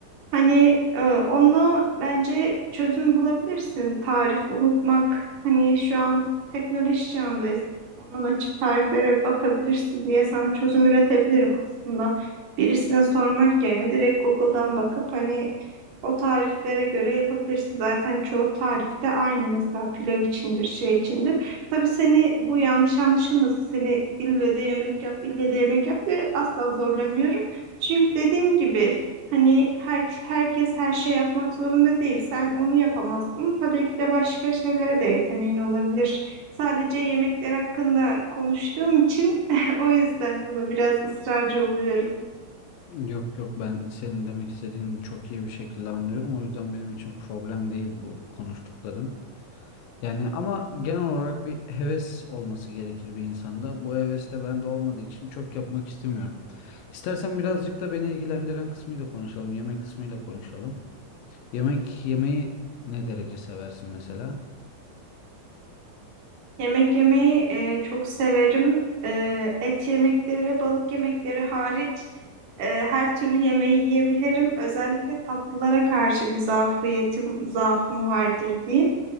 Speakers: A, on the right; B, on the left.
A: Hani e, onunla bence çözüm bulabilirsin. Tarif unutmak. Hani şu an teknoloji çağındayız. Telefondan açıp tariflere bir bakabilirsin diye sana çözüm üretebilirim aslında. Birisine sormak yerine direkt Google'dan bakıp hani o tariflere göre yapabilirsin. Zaten çoğu tarifte aynı mesela pilav içindir, şey içindir. Tabii seni bu yanlış anlaşılmasın. Seni ille de yemek yap, ille de yemek yap diye asla zorlamıyorum. Çünkü dediğim gibi Hani her, herkes her şey yapmak zorunda değil. Sen onu yapamazsın. Tabii ki de başka şeylere de yeteneğin olabilir. Sadece yemekler hakkında konuştuğum için <laughs> o yüzden buna biraz ısrarcı oluyorum.
B: Yok yok ben senin demek istediğini çok iyi bir şekilde anlıyorum. O yüzden benim için problem değil bu konuştukların. Yani ama genel olarak bir heves olması gerekir bir insanda. Bu heves de bende olmadığı için çok yapmak istemiyorum. İstersen birazcık da beni ilgilendiren kısmıyla konuşalım. Yemek kısmıyla konuşalım. Yemek yemeyi ne derece seversin mesela?
A: Yemek yemeyi e, çok severim. E, et yemekleri ve balık yemekleri hariç e, her türlü yemeği yiyebilirim. Özellikle tatlılara karşı bir zafiyetim, zaafım vardır diyeyim.